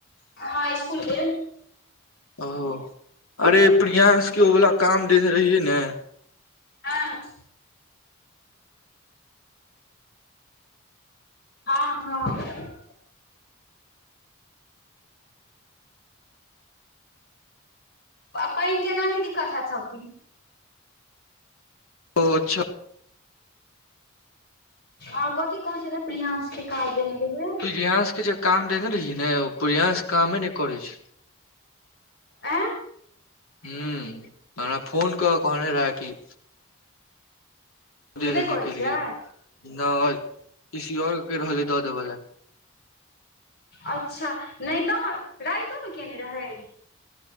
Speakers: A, on the left; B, on the left.
A: ह, स्कूल के
B: ओ अरे प्रियंश के ओ वाला काम देने रहिय ने
A: आँ <inaudible> हँ हँ <inaudible> पैन के एनाहि दिक्कत हयत सबदिन
B: ओ अच्छा
A: आ कथि कहैयछल प्रियांश के काज देने रह
B: पियंस के जे काम देने रहिय ने पियांस कामे नहि करै छै
A: आ
B: हू हमरा फोन कऽ कहने रह कि दे
A: कि
B: देने
A: नहि करै
B: के लिए
A: छियै
B: न किसी आऔर के रहले दऽ देब लए
A: अच्छा नय तऽ राइतोमे केयने रहै